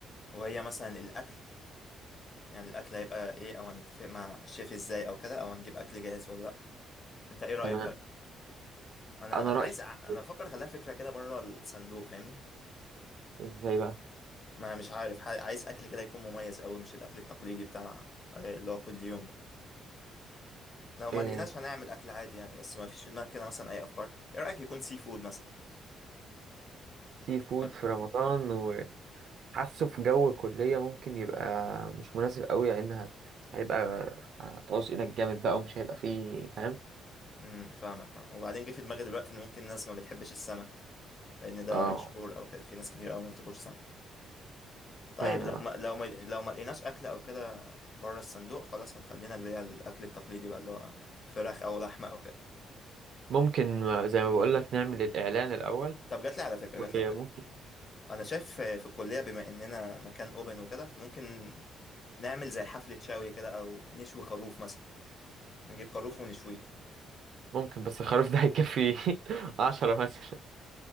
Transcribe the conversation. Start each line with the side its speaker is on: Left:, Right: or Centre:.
Left: وهي مثلا الأكل يعني الأكل هيبقى إيه أو هنتفق مع الشيف إزاي أو كده أو هنجيب أكل جاهز ولا لأ أنت إيه رأيك
Right: تمام
Left: طيب؟ أنا
Right: أنا
Left: أنا
Right: رأيي
Left: عايز أع- أنا
Right: إيه؟
Left: بفكر أخليها فكرة كده بره الصندوق فاهمني؟
Right: إزاي بقى
Left: ما مش عارف ح- عايز اكل كده يكون مميز قوي مش الاكل التقليدي بتاع آه، اللي هو كل يوم ده لو ما
Right: آه،
Left: لقيناش هنعمل اكل عادي يعني بس ما فيش في دماغك كده مثلا اي افكار ايه رايك يكون سي فود مثلا
Right: سي فود
Left: و-
Right: في رمضان حاسه في جو الكلية ممكن يبقى مش مناسب قوي لأنها هيبقى هتعوز إيدك جامد بقى ومش هيبقى فيه فاهم
Left: امم فاهمك فاهم وبعدين جه في دماغي دلوقتي ان ممكن الناس ما بتحبش السمك لان ده
Right: اه
Left: مشهور او كده في ناس كتير قوي ما بتاكلش سمك طيب
Right: فعلا
Left: لو ما لو ما لو ما لقيناش اكل او كده بره الصندوق خلاص هنخلينا اللي هي الاكل التقليدي بقى اللي هو فراخ او لحمه او كده
Right: ممكن زي ما بقول لك نعمل الإعلان الأول
Left: طب جات لي على فكره
Right: وممكن
Left: جات لي على فكره انا شايف في الكليه بما اننا مكان اوبن وكده فممكن نعمل زي حفلة شاوية كده أو نشوي خروف مثلا نجيب خروف ونشويه
Right: ممكن بس خلاص ده هيكفي <laughs> عشرة مثلا